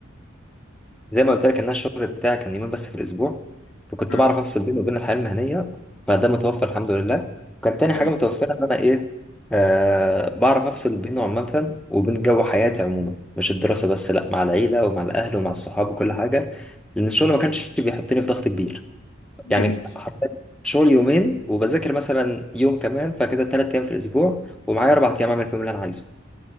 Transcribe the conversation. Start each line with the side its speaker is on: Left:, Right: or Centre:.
Centre: زي ما قلت لك ان أنا الشغل بتاعي كان يومين بس في الاسبوع فكنت
Left: مم.
Centre: بعرف افصل بيني وبين الحياه المهنيه فده متوفر الحمد لله وكان تاني
Left: جميل
Centre: حاجه متوفره ان انا ايه آه بعرف افصل بينه عامه وبين جو حياتي عموما مش الدراسه بس لا مع العيله ومع الاهل ومع الصحاب وكل حاجه لان الشغل ما كانش بيحطني في ضغط كبير
Left: جميل
Centre: يعني حرفيا شغل يومين وبذاكر مثلا يوم كمان فكده ثلاث ايام في الاسبوع ومعايا اربع ايام اعمل فيهم اللي انا عايزه